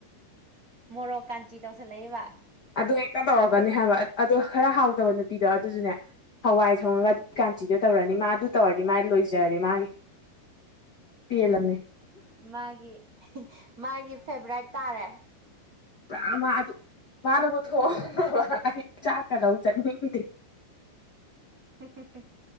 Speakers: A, on the right; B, on the left.
A: ꯃꯣꯔꯣꯛ ꯀꯥꯟꯆꯤ ꯇꯧꯁꯜꯂꯛꯏꯕ
B: ꯑꯗꯨ ꯍꯦꯛꯇ ꯇꯧꯔꯒꯅꯤ ꯍꯥꯏꯕ ꯑꯗꯨ ꯈꯔ ꯍꯥꯎꯗꯕ ꯅꯨꯄꯤꯗꯣ ꯑꯗꯨꯁꯨꯅꯦ ꯍꯋꯥꯏ ꯊꯣꯡꯉꯒ
A: ꯎꯝ
B: ꯑꯗꯨ ꯀꯥꯟꯆꯤꯗ ꯇꯧꯔꯅꯤ ꯃꯥ ꯑꯗꯨ ꯇꯧꯔꯗꯤ ꯃꯥꯥꯏ ꯂꯣꯏꯖꯔꯦ ꯃꯥꯒꯤ ꯄꯦꯜꯂꯝꯅꯦ
A: ꯃꯥꯒꯤ ꯃꯥꯒꯤ ꯐꯦꯚꯔꯥꯏꯠ ꯇꯥꯔꯦ
B: ꯭ꯔꯝ ꯑꯗꯨ ꯃꯥꯅꯃꯗꯨ ꯍ ꯆꯥ ꯀꯧ ꯆ ꯅꯤꯡꯗꯤ
A: ꯎꯝ ꯎꯝ ꯎ